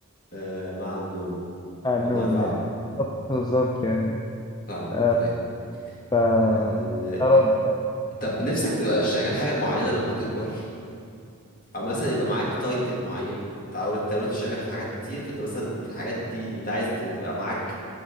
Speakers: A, on the left; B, on the left.
A: آه مع النوم
B: على
A: والله
B: النوم
A: فعلا
B: يعني بالظبط بالظبط يعني
A: فعلا
B: آه،
A: طيب
B: ف
A: آه...
B: أرد يعني
A: طب نفسك تبقى شغال حاجه معينه لما تكبر او مثلا يبقى معاك تايتل معين انت اوريدي انت اوريدي شغال في حاجات كتير فانت مثلا في الحاجات دي انت عايز تبقى معاك